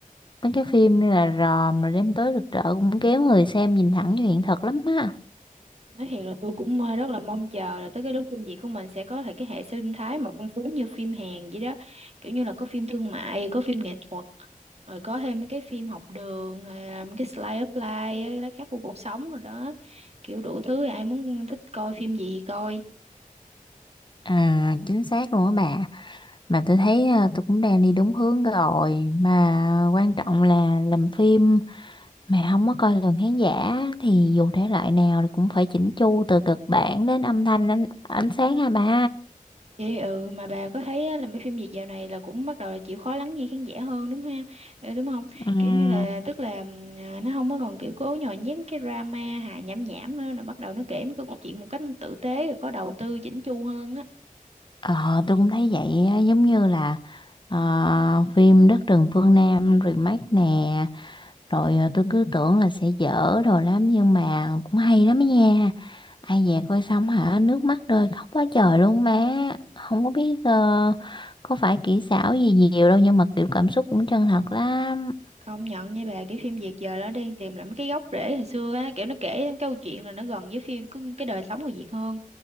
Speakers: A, on the left; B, on the right.
A: mấy cái phim như là Ròm rồi đêm tối rực rỡ cũng kéo người xem nhìn thẳng vào hiện thực lắm á
B: Nói thiệt là tôi cũng ờ, rất là mong chờ là tới cái lúc phim Việt của mình sẽ có thể cái hệ sinh thái mà phong phú như phim Hàn vậy đó. Kiểu như là có phim thương mại, có phim nghệ thuật, rồi có thêm mấy cái phim học đường, hay là mấy cái slice of life, á, lá khắc của cuộc sống rồi đó. Kiểu đủ thứ ai muốn thích coi phim gì thì coi.
A: à chính xác luôn á bà mà tôi thấy à, tôi cũng đang đi đúng hướng rồi mà quan trọng là làm phim mà không có coi lường khán giả thì dù thể loại nào thì cũng phải chỉnh chu từ kịch bản đến âm thanh ánh, ánh sáng ha ba
B: Vậy ừ mà bà có thấy á, là mấy phim Việt dạo này là cũng bắt đầu là chịu khó lắng nghe khán giả hơn đúng ha Ờ, đúng không
A: Ừm,
B: kiểu như là tức là ừm, à, nó không có còn kiểu cố nhồi nhét mấy cái drama hài nhảm nhảm nữa nó bắt đầu nó kể mấy cái câu chuyện một cách nó tử tế rồi có đầu tư chỉnh chu hơn á
A: ờ, tôi cũng thấy vậy á, giống như là ờ, phim Đất rừng phương Nam remake nè Rồi ờ, tôi cứ tưởng là sẽ dở đồ lắm nhưng mà cũng hay lắm ấy nha. Ai về coi xong hả, nước mắt rơi khóc quá trời luôn má. Không có biết ờ, có phải kỹ xảo gì nhiều đâu nhưng mà kiểu cảm xúc cũng chân thật lắm.
B: công nhận nha bà cái phim Việt giờ nó đang tìm lại mấy cái gốc rễ hồi xưa á kiểu nó kể cái câu chuyện là nó gần với phim cái cái đời sống người Việt hơn